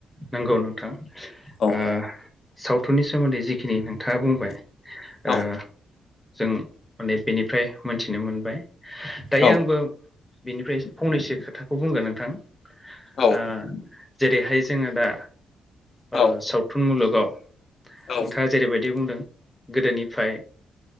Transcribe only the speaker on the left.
औ
औ
औ
औ
औ
ओ